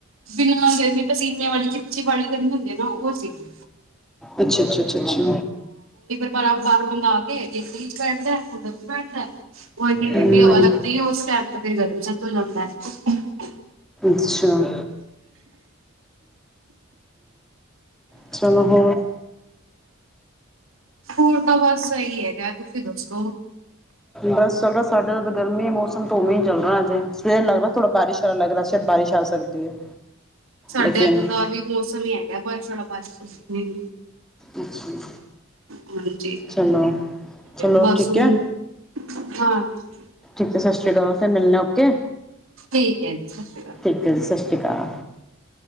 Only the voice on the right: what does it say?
ਬਿਨਾਂ ਗਰਮੀ ਪਸੀਨੇ ਵਾਲੀ ਚਿਪਚੀ ਵਾਲੀ ਗਰਮੀ ਹੁੰਦੀ ਨਾ ਉਹ ਸੀਗੀ
ਬਾਰ ਬਾਰਾਂ ਬੰਦਾ ਆ ਕੇ ਜੇਤ ਚ ਬੈਠਦਾ ਹੁੰਡ ਚ ਬੈਠਦਾ ਉਹ ਐੰਨੀ ਠੰਡੀ
ਹਵਾ ਲੱਗਦੀ ਹੈ ਉਸ ਟਾਈਮ ਫਿਰ ਘਰ ਵੀਦਾ ਦੋ ਲੰਦਾਾਰ
ਸਕੂਲ ਤਾਂ ਬਸ ਇਹੀ ਹੈਗਾ ਦੋਸਤੋ
ਸਾਡੇ
ਇੱਥੇ ਤਾਂ ਆਹੀ ਮੌਸਮ ਹੀ ਹੈਗਾ <inaudible>
ਹਾਂਜੀ
ਬਸ
ਹੁਣ
ਹਾਂ ਹ
ਠੀਕ ਹੈ ਜੀ ਸਤਿ ਸ਼੍ਰੀ ਅਕਾਲ